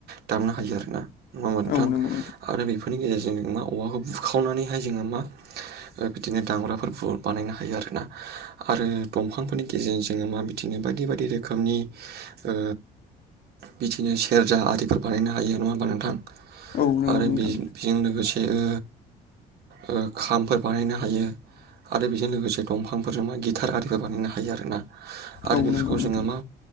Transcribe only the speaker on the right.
दामनो हायो आरोना। नङा होमबा नोंथां
आरो बेफोरनि गेजेरजों नों माव औवाखौ बुखावनानैहाय जोङो मा बिदिनो दाम्राफोरखौ बानायनो हायो आरोना आरो दंफांफोरनि गेजेरजों जोङो मा बिदिनो बायदि बायदि रोखोमनि ओ बिदिनो सेरजा आरिफोर बानायनो हायो नङा होमबा नोंथां? आरो
बे बेजों लोगोसे ओ ओ खामफोर बानायनो हायो। आरो बेजों लोगोसे दंफांफोरजों मा गिटार आरिबो बानायनो हायो आरोना। आरो
बेफोरखौ
जोङो मा